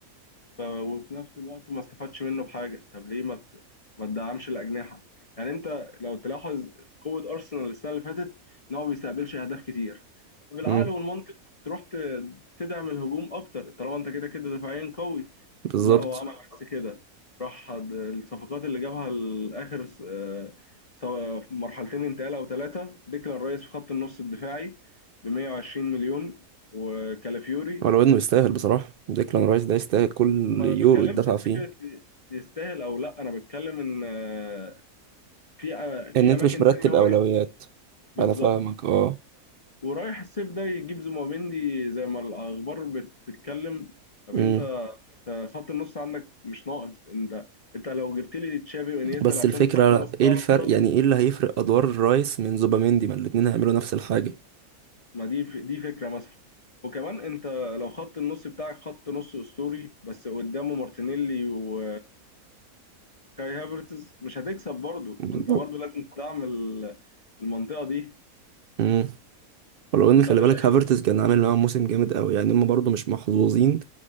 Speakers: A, on the left; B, on the right.
A: وفي نفس الوقت ما استفادش منه بحاجة طب ليه ما ت- ما تدعمش الأجنحة يعني أنت لو تلاحظ قوة أرسنال السنة اللي فاتت إن هو ما بيستقبلش أهداف كتير بالعقل
B: امم
A: والمنطق تروح ت- تدعم الهجوم أكتر طالما أنت كده كده دفاعيا قوي
B: بالظبط
A: لا هو عمل بس كده راح د- الصفقات اللي جابها لآخر س- آه، سواء في مرحلتين انتقال أو ثلاثة ديكلان رايس في خط النص الدفاعي ب 120 مليون وكالافيوري
B: ولو انه يستاهل بصراحه ديكلان رايس ده يستاهل كل
A: ما
B: يورو
A: بتكلمش
B: يتدفع
A: في
B: فيه
A: فكره يستاهل او لا انا بتكلم ان آه، في آه،
B: ان
A: في
B: انت
A: اماكن
B: مش مرتب
A: تانية هو
B: اولويات
A: بالظبط
B: انا فاهمك اه
A: ورايح الصيف ده يجيب زومبيندي زي ما الاخبار بتتكلم طب
B: امم
A: انت انت خط النص عندك مش ناقص انت انت لو جبت لي تشافي وانيستا
B: بس
A: لعبتهم
B: الفكرة
A: في خط النص بتاع
B: ايه الفرق
A: ارسنال
B: يعني ايه اللي هيفرق ادوار الرايس من زوباميندي ما الاتنين هيعملوا نفس الحاجة
A: ما دي ف- دي فكره مثلا وكمان انت لو خط النص بتاعك خط نص اسطوري بس قدامه مارتينيلي و كاي هافرتز مش هتكسب برضه
B: بالظبط.
A: ما انت برضه لازم تدعم ال- المنطقه دي
B: مم. ولو ان خلي
A: فانا
B: بالك
A: شايف
B: هافرتز كان عامل معاهم موسم جامد قوي يعني هم برضو مش محظوظين